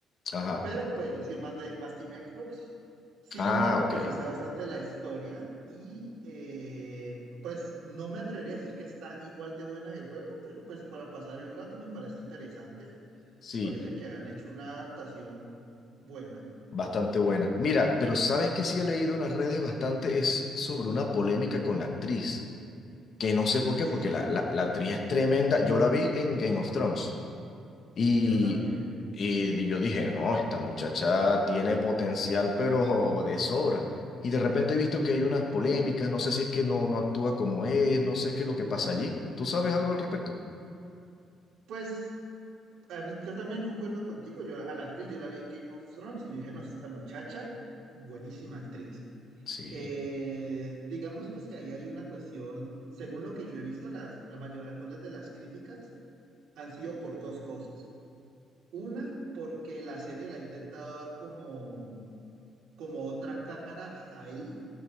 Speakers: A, on the left; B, on the right.
A: Ajá.
B: Pero pues yo he sido más de más Team Xbox. Sin
A: Ah,
B: embargo,
A: ok.
B: pues sí sé bastante de la historia y eh, pues no me atrevería a decir que está igual de buena el juego, pero pues para pasar el rato me parece interesante.
A: Sí,
B: Parece que han hecho una adaptación buena.
A: bastante buena. Mira, pero ¿sabes que sí he leído en las redes bastante? Es sobre una polémica con la actriz. Que no sé por qué, porque
B: Sí,
A: la, la, la actriz es tremenda. Yo la vi en Game of Thrones. Y,
B: yo también.
A: y yo dije, no, esta muchacha tiene potencial, pero de sobra. Y de repente he visto que hay unas polémicas, no sé si es que no, no actúa como es, no sé qué es lo que pasa allí. ¿Tú sabes algo al respecto?
B: Pues a mí yo también concuerdo contigo. Yo a la actriz, yo la vi en Game of Thrones y yo dije, no, esta muchacha, buenísima actriz.
A: Sí.
B: Eh, digamos pues que ahí hay una cuestión, según lo que yo he visto, las, la mayor, algunas de las críticas han sido por dos cosas. Una, porque la serie le ha intentado dar como, como otra cara a Ellie,